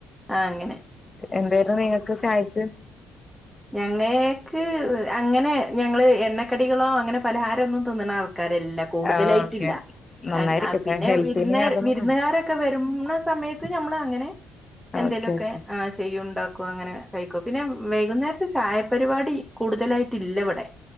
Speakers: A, in the centre; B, on the left (about 25°).
A: ആ അങ്ങനെ
B: എന്താ - അ നിങ്ങൾക്ക് ചായക്ക്
A: ഞങ്ങൾക്ക് അങ്ങനെ ഞങ്ങള് എണ്ണക്കടികളോ അങ്ങനെ പലഹാരം ഒന്നും തിന്നണ ആൾ- ആക്കാരല്ല കൂടുതലായിട്ടില്ല
B: ആഹ് ഓക്കെ നന്നായിരിക്കട്ടെ
A: ആ പിന്നെ
B: ഹെൽത്തിന്
A: വിരുന്ന
B: അതൊന്നും
A: വിരുന്നുകാരൊക്കെ വരുന്ന സമയത്ത് ഞമ്മള അങ്ങനെ എന്തേങ്കലുമൊക്കെ
B: ഓക്കെ ഓക്കെ
A: ആ ചെയ്യ ഉണ്ടാക്കോ അങ്ങനെ കഴിക്കോ പിന്നെ വൈകുന്നേര ചായ പരിപാടി കൂടുതലായിട്ട് ഇല്ലവിടെ